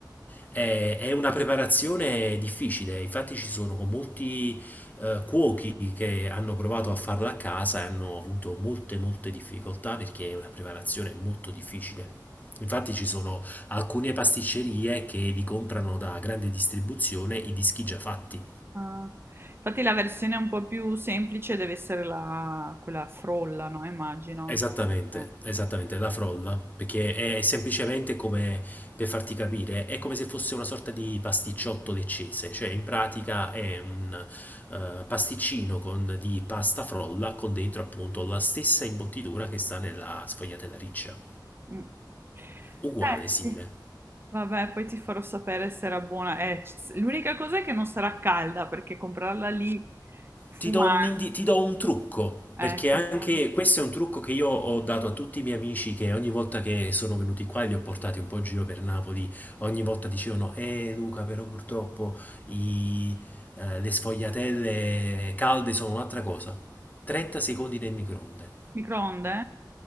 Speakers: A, on the left; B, on the right.
A: È, è una preparazione difficile, infatti ci sono con molti eh, cuochi che hanno provato a farla a casa e hanno avuto molte molte difficoltà perché è una preparazione molto difficile. Infatti ci sono alcune pasticcerie che vi comprano da grande distribuzione i dischi già fatti.
B: Ah. Infatti la versione un po' più semplice deve essere la- quella frolla, no? Immagino.
A: Esattamente,
B: Eh, sì.
A: esattamente, la frolla, perché è semplicemente come, per farti capire, è come se fosse una sorta di pasticciotto leccese, cioè in pratica è un eh, pasticcino con- di pasta frolla con dentro appunto la stessa imbottitura che sta nella sfogliatella riccia,
B: Mm. Eh,
A: uguale, simile.
B: sì. Vabbè, poi ti farò sapere se era buona. Eh, c- l'unica cosa è che non sarà calda perché comprarla lì fumare.
A: Ti do un, indi- ti do un trucco,
B: Eh,
A: perché
B: eh, sentiamo.
A: anche questo è un trucco che io ho dato a tutti i miei amici che ogni volta che sono venuti qua e li ho portati un po' in giro per Napoli, ogni volta dicevano, eh Luca, però purtroppo i- eh, le sfogliatelle calde sono un'altra cosa. 30 secondi nel microonde.
B: Microonde?